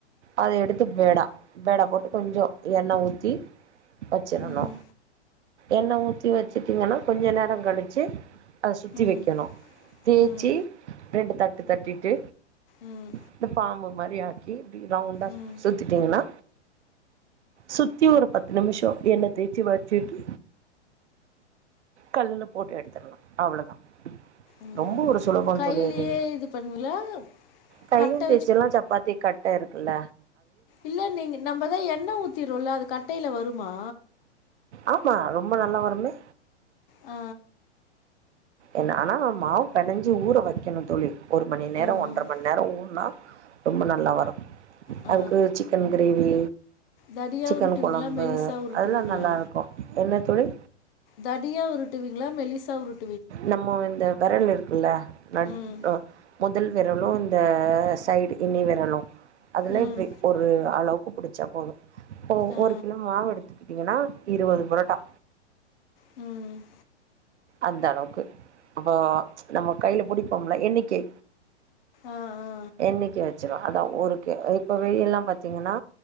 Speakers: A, on the right; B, on the left.
A: அத எடுத்து பேடா பேடா போட்டு கொஞ்சோ எண்ண ஊத்தி வெச்சிரணு.
B: ம்
A: எண்ண ஊத்தி வச்சுட்டீங்கன்னா கொஞ்ச நேரோ கழிச்சு அத சுத்தி
B: ம்
A: வைக்கணு தேச்சி
B: ம்
A: ரெண்டு த ட்டு தட்டிட்டு
B: ம்
A: இப்ப <unintelligible> மாரி ஆக்கி ரவுண்டா
B: ம் ம்
A: சுத்திட்டீங்கன்னா சுத்தி ஒரு பத்து நிமி ஷோ எண்ண தேச்சு வச்சுட்டு கல்லுல போட்டு எடுத்துறலா அவ்ளதா.
B: ம்
A: ரொம்ப ஒரு சுலபோ
B: கையிலேயே
A: தோழி அது
B: இது பண்ணுவீங்களா
A: கையிலயு
B: கட்டை
A: தேச்சர்லா சப்பாத்தி கட்ட இரு க்கல்ல
B: இல்ல நீங்க நம்பதா எண்ண ஊத்திரோல்ல அது கட்டையில வரு மா?
A: ஆமா ரொம்ப நல்லா வருமே.
B: ஆ
A: என் ஆனா மாவு பெனஞ்சு ஊற வைக்கணு தோழி. ஒரு மணி நேரோ
B: ஆ
A: ஒன்ர மணி நேரோ ஊறுனா ரொம்ப நல்லா வரு.
B: ஆ.
A: அதுக்கு ஒரு சிக்கன் கிரேவி
B: தடியா
A: சிக்கன்
B: உருட்டுவீங்களா?
A: கொழம்பு
B: மெலிசா உருட்டுவீங்களா?
A: அதெல்லா நல்லா இருக்கு என்ன தோழி?
B: தடியா உருட்டுவீங்களா மெலிசா உருட்
A: நம்மோ இந்த வெரல் இருக்குல்ல நட்
B: ம்.
A: ஆ மொதல் வெரலு இந்த சைடு நுனி வெரலு அதுல
B: ம்.
A: இப்டி ஒரு அளவு க்கு புடிச்சா போது இப்போ
B: ஆ.
A: ஒரு கிலோ மாவு எடுத் தீங்கன்னா இருவது பரோட்டா
B: ம்
A: அந்த அளவுக்கு அப்போ நம்ம கையில புடிப்போம்ல எண்ணிக்கை
B: ஆ, ஆ.
A: எண்ணிக்கை வச் சிரு அதா ஒரு கி இப்ப வெளிய எல்லா பாத்தீங்கன்னா